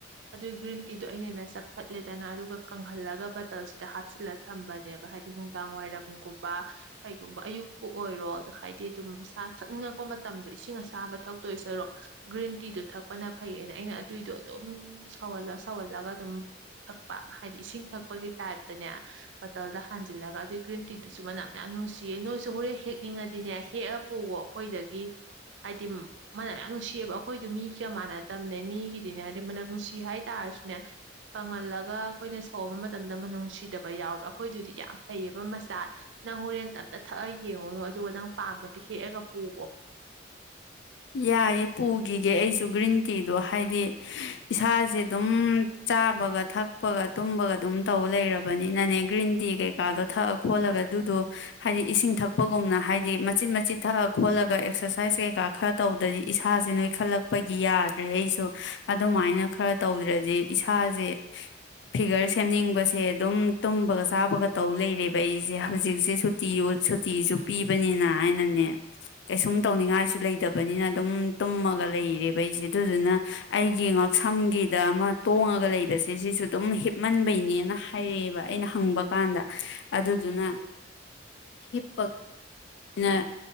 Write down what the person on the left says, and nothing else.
ꯌꯥꯏꯌꯦꯦ ꯄꯨꯈꯤꯒꯦ ꯑꯩꯁꯨ ꯒ꯭ꯔꯤꯟ ꯇꯤꯗꯣ ꯍꯥꯏꯗꯤ ꯏꯁꯥꯁꯦ ꯑꯗꯨꯝ ꯆꯥꯕꯒ ꯊꯛꯄꯒ ꯇꯨꯝꯕꯒ ꯑꯗꯨꯝ ꯇꯧ ꯂꯩꯔꯕꯅꯤꯅꯅꯦ ꯒ꯭ꯔꯤꯟ ꯇꯤ ꯀꯩꯀꯥꯗꯣ ꯊꯛꯑ ꯈꯣꯠꯂꯒ ꯑꯗꯨꯗꯣ ꯍꯥꯏꯗꯤ ꯏꯁꯤꯡ ꯊꯛꯄꯒꯨꯝꯅ ꯍꯥꯏꯗꯤ ꯃꯆꯤꯠ ꯃꯆꯤꯠ ꯊꯛꯑ ꯈꯣꯠꯂꯒ ꯑꯦꯛꯁꯔꯁꯥꯏꯁ ꯀꯩꯀꯥ ꯈꯔ ꯇꯧꯗ꯭ꯔꯗꯤ ꯏꯁꯥꯁꯦ ꯅꯣꯏ ꯈꯜꯂꯛꯄꯒꯤ ꯌꯥꯗ꯭ꯔꯦ ꯑꯩꯁꯨ ꯑꯗꯨꯃꯥꯏꯅ ꯈꯔ ꯇꯧꯗ꯭ꯔꯗꯤ ꯏꯁꯥꯁꯦ ꯐꯤꯒꯔ ꯁꯦꯝꯅꯤꯡꯕꯁꯦ ꯑꯗꯨꯝ ꯇꯨꯝꯕꯒ ꯆꯥꯕꯒ ꯇꯧ ꯂꯩꯔꯦꯕ ꯑꯩꯁꯦ ꯍꯧꯖꯤꯛꯁꯦ ꯁꯨꯤ ꯁꯨꯇꯤꯁꯨ ꯄꯤꯕꯅꯤꯅ ꯍꯥꯏꯅꯅꯦ ꯀꯩꯁꯨꯝ ꯇꯧꯅꯤꯡꯉꯥꯏꯁꯨ ꯂꯩ ꯂꯩꯗꯕꯅꯤꯅ ꯑꯗꯨꯝ ꯇꯨꯝꯃꯒ ꯂꯩꯔꯦꯕ ꯑꯩꯁꯦ ꯑꯗꯨꯗꯨꯅ ꯑꯩꯒꯤ ꯉꯛꯁꯝꯒꯤꯗ ꯑꯃ ꯇꯣꯡꯉꯒ ꯂꯩꯕꯁꯦ ꯁꯤꯁꯨ ꯑꯗꯨꯝ ꯍꯤꯞꯃꯟꯕꯩꯅꯦꯅ ꯍꯥꯏꯔꯛꯑꯦꯕ ꯑꯩꯅ ꯍꯪꯕ ꯀꯥꯟꯗ ꯑꯗꯨꯗꯨꯅ ꯍꯤꯞꯄ ꯑꯩꯅ